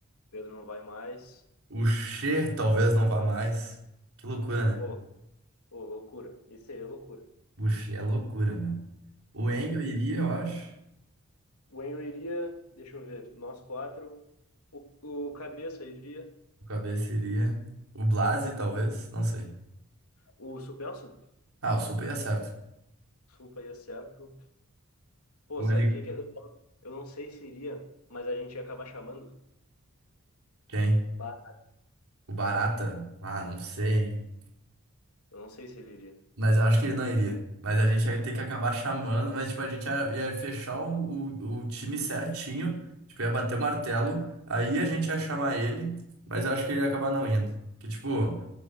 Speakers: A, on the left; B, on the right.
A: Pedro não vai mais.
B: O Che talvez não vá mais. Que loucura, né?
A: Pô, pô, loucura. Esse aí é loucura.
B: O Che é loucura, meu. O Engel
A: Loucura.
B: iria, eu acho.
A: O Enio iria, deixa eu ver, nós quatro. O, o Cabeça iria.
B: O Cabeça iria. O Blase, talvez, não sei.
A: O Supelsa?
B: Ah, o Super é certo.
A: Supa ia certo. Pô,
B: O
A: sabe
B: L...
A: quem que é? Eu eu não sei se iria, mas a gente ia acabar chamando.
B: Quem?
A: O Bar.
B: O Barata? Ah, não sei,
A: É,
B: hein?
A: eu não sei se ele iria.
B: Mas eu acho que ele não iria. Mas a gente ia ter
A: É,
B: que acabar chamando, mas tipo, a gente ia, ia fechar o, o, o time certinho, tipo, ia bater o martelo, aí a gente ia chamar ele, mas eu acho que ele ia acabar não indo. Que tipo,